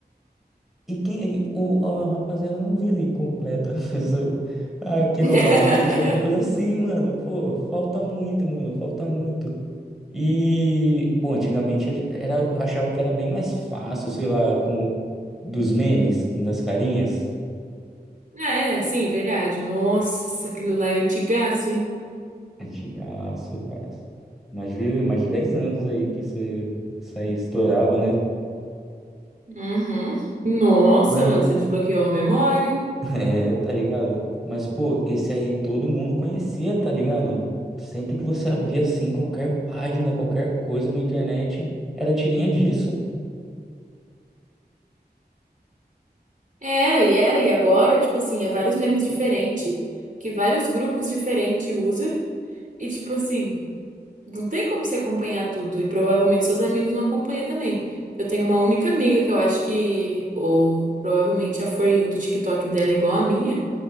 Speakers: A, in the centre; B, on the right (about 50°).
A: e quem, e o, a rapaziada não vira e completa. <laughs> Essa- Aqui
B: <laughs>
A: novamente, alguma coisa assim, mano. Pô, falta muito, mano, falta muito. E, pô, antigamente a era, eu achava que era bem mais fácil, sei lá, com dos memes, das carinhas.
B: Ah, é, sim, verdade. Nossa, aquilo lá é antigaço, hein?
A: Antigaço, parça. Mais de, mais de 10 anos aí que você, isso aí estourava, né?
B: Uhum. Nossa,
A: Mas,
B: mano, você desbloqueou a memória, hein?
A: <laughs> é, tá ligado? Mas, pô, esse aí todo mundo conhecia, tá ligado? Sempre que você abria assim, qualquer página, qualquer coisa da internet, era tirinha disso.
B: Era, e era, e agora, tipo assim, é vários memes diferentes, que vários grupos diferentes usam, e tipo assim, Não tem como se acompanhar tudo e provavelmente seus amigos não acompanham também. Eu tenho uma única amiga que eu acho que, ou provavelmente a For You do TikTok dela é igual a minha,